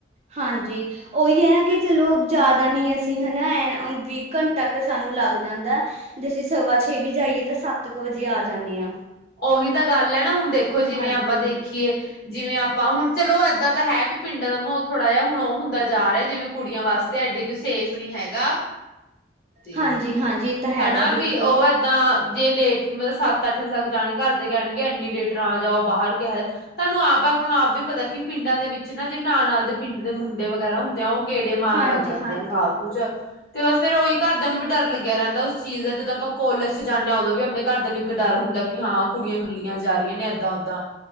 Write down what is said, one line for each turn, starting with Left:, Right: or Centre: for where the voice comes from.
Right: ਹਾਂਜੀ ਉਹੀ ਹੈ ਨਾ ਕਿ ਚਲੋ ਜ਼ਿਆਦਾ ਨੀ ਅਸੀਂ ਹੈਨਾ ਐ ਵੀਹ ਘੰਟਾ ਕੁ ਸਾਨੂੰ ਲੱਗ ਜਾਂਦੇ, ਜੇ ਅਸੀਂ ਸਵਾ ਛੇ ਵੀ ਜਾਈਏ ਤਾਂ ਸੱਤ ਕੁ ਵਜੇ ਆ ਜਾਂਨੇ ਆ।
Left: ਉਹੀ ਤਾਂ ਗੱਲ ਹੈਨਾ ਹੁਣ ਦੇਖੋ ਜਿਵੇਂ
Right: ਹਾਂਜੀ
Left: ਆਪਾਂ ਦੇਖੀਏ ਜਿਵੇਂ ਆਪਾਂ ਹੁਣ, ਚਲੋ ਏਦਾਂ ਤਾਂ ਹੈ ਵੀ ਪਿੰਡਾਂ ਦਾ ਮਾਹੌਲ਼ ਥੋੜ੍ਹਾ ਜੇਹਾ ਹੁਣ ਉਹ ਹੁੰਦਾ ਜਾ ਰਿਹਾ ਜਿਵੇਂ ਕੁੜੀਆਂ ਵਾਸਤੇ ਐਡੇ ਕ ਸੇਫ ਨਹੀਂ ਹੈਗਾ। ਤੇ,
Right: ਹਾਂਜੀ ਹਾਂਜੀ ਇਹ ਤਾਂ ਹੈਗਾ
Left: ਹਨਾ ਵੀ
Right: ਬਿਲਕੁਲ
Left: ਉਹ ਏਦਾਂ ਜੇ ਲੇਟ, ਮਤਲਬ ਸਤ-ਅੱਠ ਸਦ ਜਾਣਗੇ, ਘਰ ਦੇ ਕਹਿਣਗੇ ਇੰਨੀ ਲੇਟ ਨਾ ਆ ਜਾਓ ਬਾਹਰ ਕਿਹਾ। ਤੁਹਾਨੂੰ ਆਪ ਹੁਣ ਆਪ ਵੀ ਪਤਾ ਕਿ, ਪਿੰਡਾਂ ਦੇ- ਵਿੱਚ ਨਾ ਜਿਹੜੇ ਨਾਲ-ਨਾਲ ਦੇ ਪਿੰਡ ਦੇ ਮੁੰਡੇ ਵਗੈਰਾ ਹੁੰਦੇ ਆ, ਉਹ ਗੇੜੇ ਮਾਰਨ
Right: ਹਾਂਜੀ-ਹਾਂਜੀ,
Left: ਲੱਗ ਜਾਂਦੇ ਆ ਫਾਲਤੂ ਚ ਤੇ ਬਸ ਫਿਰ ਉਹੀ ਘਰਦਿਆਂ ਨੂੰ ਵੀ ਡਰ ਲੱਗੀ ਲਗਿਆ ਰਹਿੰਦਾ ਉਸ ਚੀਜ਼ ਦਾ, ਜਦੋਂ ਆਪਾਂ ਕੋਲਜ ਚ ਜਾਂਦੇ ਹਾਂ ਉਦੋਂ ਵੀ ਆਪਣੇ ਘਰ ਨੂੰ ਇੱਕ ਡਰ ਹੁੰਦਾ ਕਿ ਹਾਂ ਕੁੜੀਆਂ ਕਲੀਆਂ ਜਾ ਰਹੀਆਂ ਨੇ ਇੱਦਾਂ ਓਦਾਂ।